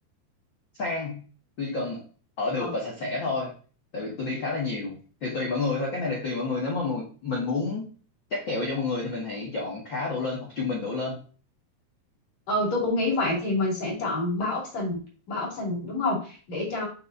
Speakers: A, on the left (about 65°); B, on the left (about 45°).
A: sang tôi chỉ cần ở được
B: Ờ.
A: và sạch sẽ thôi tại vì tôi đi khá là nhiều thì tùy mọi người thôi cái này là tùy mọi người nếu mà mu- mình muốn chắc kèo cho mọi người thì mình hãy chọn khá đổ lên hoặc trung bình đổ lên
B: Ừ, tôi cũng nghĩ vậy thì mình sẽ chọn ba option, ba option đúng không? Để cho